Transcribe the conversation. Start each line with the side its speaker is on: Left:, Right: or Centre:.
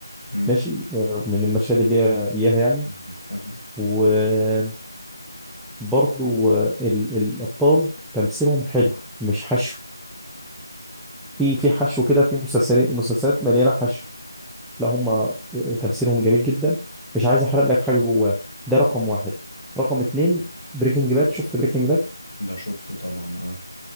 Left: مم،
Centre: ماشي آه، من المشاهد اللي هي اياها يعني
Left: فاهمك فاهمك
Centre: وبرضو آه، ال- الابطال تمثيلهم حلو مش حشو في في حشو كده في مسلسلات مسلسلات مليانه حشو لا هم تمثيلهم جميل جدا مش عايز احرق لك حاجه جواه ده رقم واحد رقم اتنين بريكنج باد شفت بريكنج باد
Left: ده شفته طبعا اه